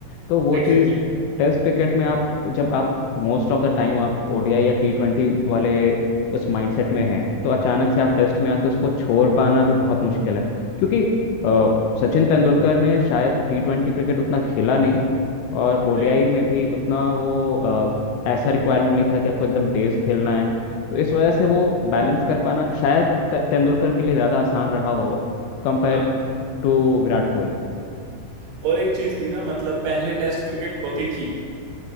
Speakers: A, on the left; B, on the right.
A: तो वो
B: Exactly
A: चीज़
B: exactly.
A: टेस्ट क्रिकेट में आप जब आप मोस्ट ऑफ द टाइम आप ओडीआई या टी ट्वेंटी वाले उस माइंडसेट में हैं तो अचानक से आप टेस्ट में आके उसको छोड़ पाना भी बहुत मुश्किल है क्योंकि अ, सचिन तेंदुलकर ने शायद टी ट्वेंटी क्रिकेट उतना खेला नहीं और ओडीआई
B: नहीं
A: में भी उतना वो अ, ऐसा रिक्वायरमेंट नहीं था कि आपको एकदम तेज खेलना है तो इस वजह
B: नहीं।
A: से वो बैलेंस कर पाना शायद ते- तेंदुलकर के लिए ज़्यादा आसान रहा होगा compare
B: हाँ
A: to Virat Kohli
B: और एक चीज थी ना मतलब पहले टेस्ट क्रिकेट होती थी